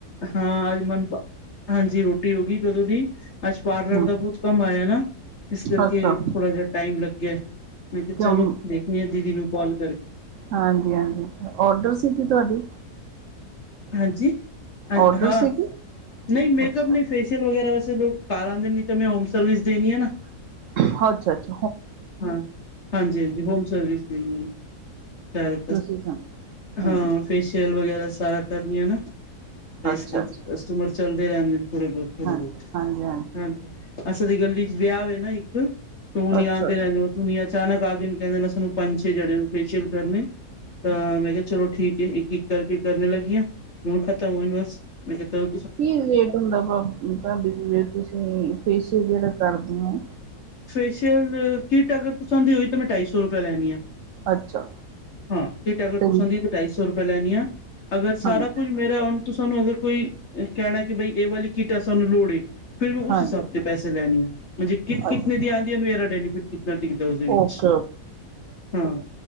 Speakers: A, on the left; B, on the right.
A: ਹਾਂ ਅਜ ਮਨ ਪ ਹਾਂਜੀ ਰੋਟੀ ਹੋ ਗਈ ਕਦੋਂ ਦੀ, ਅੱਜ ਪਾਰਲਰ
B: ਹੂੰ
A: ਦਾ ਬੋਤ ਕੰਮ ਆਏਆ ਨਾ ਇਸ ਕਰਕੇ
B: ਅੱਛਾ
A: ਥੋੜਾ ਜਾ ਟਾਈਮ ਲਗ ਗਿਆ, ਮੈਂ ਕਿਹਾ
B: ਕਿਉਂ
A: ਚਲੋ, ਵੇਖਣੀ ਆ ਦੀਦੀ ਨੂੰ ਕਾਲ ਕਰ
B: ਹਾਂਜੀ-ਹਾਂਜੀ, ਔਡਰ ਸੀਗੀ ਤੁਆਡੀ।
A: ਹਾਂਜੀ, ਹ
B: ਔਡਰ
A: ਹਾਂ,
B: ਸੀਗੀ
A: ਨਈ ਮੇਕਅਪ
B: ਅੱਛਾ
A: ਨਈ ਫੇਸ਼ਅਲ ਵਗੈਰਾ ਵੈਸੇ ਲੋਕ ਘਰ ਆਂਦੇ ਨੇ, ਨਈ ਤਾਂ ਮੈਂ ਹੋਮ ਸਰਵਿਸ ਦੇਨੀ ਆ ਨਾ।
B: ਅੱਛਾ-ਅੱਛਾ।
A: ਹਾਂ, ਹਾਂਜੀ-ਹਾਂਜੀ, ਹੋਮ ਸਰਵਿਸ ਦੇਨੀ ਚਲ
B: ਤੁਸੀਂ ਸੁਣਾਓ
A: ਹਾਂ।
B: ਹਾਂਜੀ
A: ਫੇਸ਼ੀਅਲ ਵਗੈਰਾ ਸਾਰਾ ਕਰਨੀ ਆ ਨਾ, ਏਸ
B: ਅੱਛਾ
A: ਕਰਕੇ
B: ਅੱਛਾ
A: ਕਸਟਮਰ ਚਲਦੇ ਰਹੰਦੇ ਨੇ। ਥੋੜੇ ਬੋਤ-ਥੋੜੇ
B: ਹਾਂਜੀ
A: ਬੋਤ,
B: ਹਾਂਜੀ
A: ਹਾਂਜੀ, ਅਸਲ ਚ ਗਲੀ ਚ ਵਿਆਹ ਵੇ ਨਾ ਇੱਕ, ਟੋਨੀ
B: ਅੱਛਾ
A: ਆ ਨਾ ਅਚਾਨਕ ਆ ਕੇ ਕਹੰਦੇ ਸਾਨੂੰ ਪੰਜ- ਛੇ ਜਣੇਆ ਨੂੰ ਫੇਸ਼ੀਅਲ ਕਰਨੇ। ਤਾਂ, ਮੈਂ ਕਿਹਾ ਚਲੋ ਠੀਕ ਏ ਇੱਕ-ਇੱਕ ਕਰਕੇ ਕਰਨੇ ਲੱਗੀ ਆ, ਹੁਨ ਖਤਮ ਹੋਏ ਨੇ ਬਸ, ਮੈਂ ਕਿਆ ਚਲ
B: ਕੀ ਰੇਟ ਹੁੰਦਾ ਭਾਬੀ ਜੀ, ਜੇ ਤੁਸੀ ਫੇਸ਼ਅਲ ਜੇੜਾ ਕਰਦੇ ੳਂ?
A: ਫੇਸ਼ੀਅਲ ਕਿੱਟ ਅਗਰ ਤੁਸਾਂ ਦੀ ਹੋਈ ਤਾਂ ਮੈਂ ਢਾਈ ਸੌ ਰੁਪੇਆ ਲੈਨੀ ਆ।
B: ਅੱਛਾ
A: ਹਾਂ, ਕਿੱਟ ਅਗਰ
B: ਤੇ
A: ਤੂੱਸਾਂ ਦੀ ਏ ਤਾਂ ਢਾਈ ਸੌ ਰੁਪੈ ਲੈਨੀ ਆ, ਅਗਰ ਸਾਰਾ
B: ਹਾਂਜੀ
A: ਕੁੱਝ ਮੇਰਾ, ਹੁਨ ਤੁਸਾਂ ਨੂੰ ਅਗਰ ਕੋਈ ਕੈਨਾ ਕਿ ਬਈ ਇਹ ਵਾਲੀ ਕਿਟ ਸਾਨੂੰ ਲੋੜ ਏ, ਫਿਰ ਮੈਂ ਉਸ
B: ਹਾਂਜੀ
A: ਹਿਸਾਬ ਤੇ ਪੈਸੇ ਲੈਣੀ ਆਂ, ਜੇ ਕਿਟ ਕਿਤਨੇ
B: ਅੱਛਾ
A: ਦੀ ਆਂਦੀ ਏ, ਮੇਰਾ ਬੈਨੀਫਿਟ ਕਿਤਨਾ ਟਿਕਦਾ ਉਸਦੇ ਵਿੱਚ,
B: ਓਕੇ
A: ਹਾਂ।